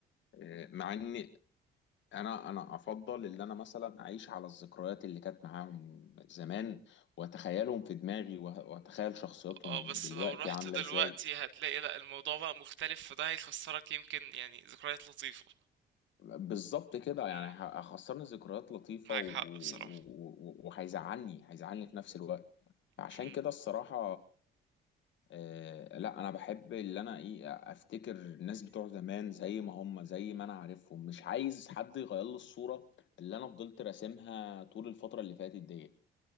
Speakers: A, on the left; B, on the right.
A: آه، مع إن انا انا افضل ان انا مثلا اعيش على الذكريات اللي كانت معاهم زمان واتخيلهم في دماغي وه- واتخيل شخصياتهم
B: اه بس
A: دلوقتي
B: لو رحت
A: عامله
B: دلوقتي
A: ازاي
B: هتلاقي لا الموضوع بقى مختلف فده هيخسرك يمكن يعني ذكريات لطيفة
A: بالظبط كده يعني
B: مم.
A: ه- هخسرني ذكريات لطيفه
B: معاك
A: و- و-
B: حق بصراحة
A: و- وهيزعلني هيزعلني في نفس الوقت عشان
B: مهم.
A: كده الصراحه آه لا انا بحب اللي انا ايه افتكر الناس بتوع زمان زي ما هم زي ما انا عارفهم مش عايز حد يغير لي الصوره اللي انا فضلت راسمها طول الفتره اللي فاتت دي